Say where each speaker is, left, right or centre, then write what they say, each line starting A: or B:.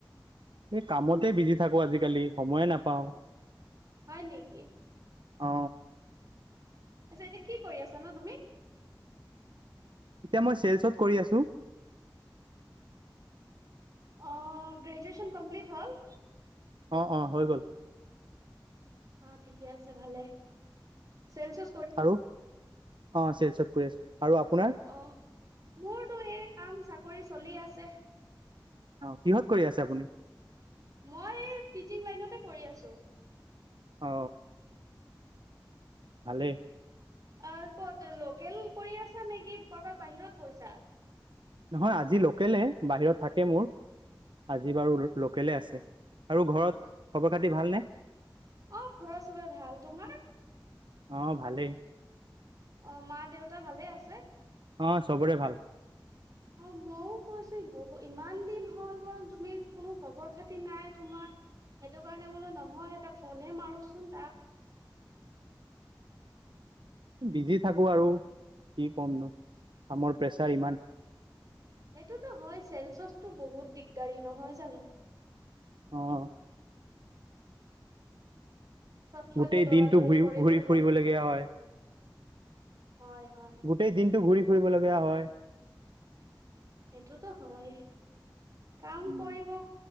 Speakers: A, on the right (about 80°); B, on the right (about 45°).
A: এই কামতে বিজি থাকো আজিকালি সময়ে নাপাওঁ।
B: হয় নেকি?
A: অ।
B: আছা এতিয়া কি কৰি আছা ন তুমি?
A: এতিয়া মই চিয়েলচত কৰি আছো।
B: অ গ্ৰেজুৱেচন কমপ্লিট হ'ল?
A: অ অ হৈ গ'ল।
B: অ ঠিকে আছে ভালে। চলচ-
A: আৰু অ চেলচ- কৰি আছ আৰু, আপোনাৰ?
B: অ মোৰতো এই কাম চাকৰি চলি আছে।
A: অ কিহত কৰি আছে আপুনি?
B: মই টিচিং লাইনতে কৰি আছো।
A: অ। ভালে।
B: অ ক'ত লোকেল কৰি আছা নেকি কৰ'বাত বাহিৰত গৈছা?
A: নহয় আজি লোকেলে বাহিৰত থাকে মোৰ। আজি বাৰু লোকেলে আছে আৰু ঘৰত খবৰ খাতি ভালনে?
B: অ ঘৰৰ চবে ভাল। তোমাৰ?
A: অ ভালেই।
B: অ মা দেউতা ভালে আছে?
A: অ চবৰে ভাল।
B: <inaudible> অ মইও কৈছো বহু ইমান দিন হৈ গ'ল তুমি কোনো খবৰ খাতি নাই তোমাৰ? সেইটো কাৰণে বোলো নহয় এটা ফোনে মাৰোচোন তাক।
A: বিজি থাকো আৰু কি ক'ম নো কামৰ প্ৰেছাৰ
B: সেই
A: ইমান।
B: সেইটোতো হয় চেলচতো বহুত দিগদাৰী নহয় জানো
A: অ
B: চবফালে
A: গোটেই
B: দৌৰা
A: দিনটো
B: দৌৰি
A: ঘূৰি
B: কৰিব
A: ঘূৰি ফুৰিবলগীয়া
B: লাগে
A: হয়
B: হয় হয়
A: গোটেই দিনটো ঘূৰি ফুৰিবলগীয়া হয়
B: সেইটোতো হয় কাম
A: উম,
B: কৰিব